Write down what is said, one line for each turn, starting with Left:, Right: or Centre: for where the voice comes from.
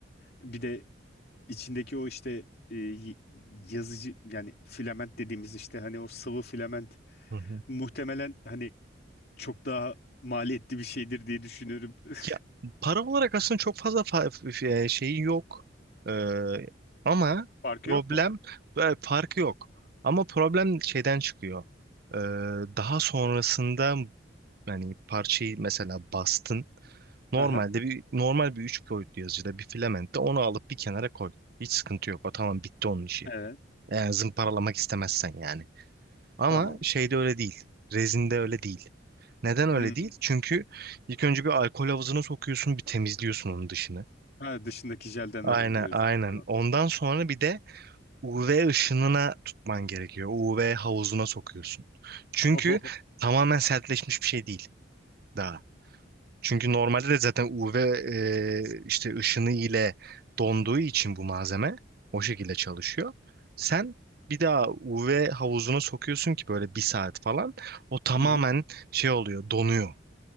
Left: Bir de içindeki o işte e, y- yazıcı yani filament dediğimiz işte hani o sıvı filament
Right: Hı hı.
Left: muhtemelen hani çok daha maliyetli bir şeydir diye düşünüyorum. <laughs>
Right: Ya para olarak aslında çok fazla fa- f- e, şeyi yok. Ee, ama
Left: Farkı
Right: problem
Left: yok mu?
Right: böyle farkı yok. Ama problem şeyden çıkıyor. Ee, daha sonrasında yani parçayı mesela bastın. Normalde
Left: Aha,
Right: bir normal bir üç boyutlu yazıcıda bir filamentte onu alıp bir kenara koy. Hiç sıkıntı yok. O tamam bitti onun işi.
Left: evet
Right: Eğer zımparalamak istemezsen yani. Ama
Left: tamam.
Right: şeyde öyle değil. Rezinde öyle değil. Neden öyle
Left: Hmm.
Right: değil? Çünkü ilk önce bir alkol havuzuna sokuyorsun, bir temizliyorsun onun dışını.
Left: Ha, dışındaki jelden
Right: Aynen,
Left: arındırıyorsun
Right: aynen.
Left: falan.
Right: Ondan sonra bir de UV ışınına tutman gerekiyor. UV havuzuna sokuyorsun. Çünkü
Left: <laughs> Oho.
Right: tamamen sertleşmiş bir şey değil daha. Çünkü normalde de zaten UV e, işte ışını ile donduğu için bu malzeme o şekilde çalışıyor. Sen bir daha UV havuzuna sokuyorsun ki böyle bir saat falan o tamamen
Left: Hı hı,
Right: şey oluyor donuyor.